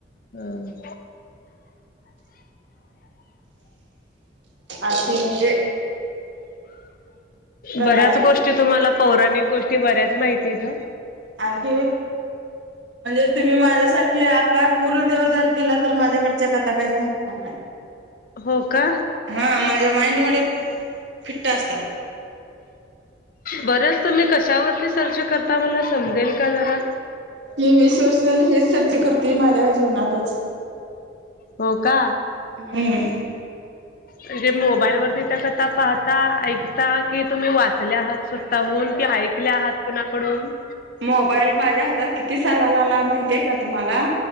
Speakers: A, on the left (about 50°); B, on the right (about 80°).
A: हम्म
B: अशी म्हणजे कथा
A: बऱ्याच
B: आहे
A: गोष्टी,
B: ती
A: तुम्हाला पौराणिक गोष्टी बऱ्याच माहितीयत हं
B: आणखी म्हणजे तुम्ही माझ्यासाठी आका पूर्ण दिवस जरी दिला, तर माझ्याकडच्या कताा काही संपगणार नाही.
A: हो का?
B: हा माझ्या माइंड मधे फिट्ट असतात.
A: बरंच तुम्ही कशावरती सर्च करता मला समजेल का जरा?
B: मी वीस वर्ष झाली हेच सर्च करते माझ्या जीवनातच
A: हो का?
B: हम्म
A: म्हणजे मोबाईल वरती त्या कथा पाहता, ऐकता कि, तुम्ही वाचल्या आहात स्वताहून कि ऐक ल्या आहात कुणाकडून?
B: मोबाईल माझ्या हातात किती सालालाला माहितीय का तुम्हाला?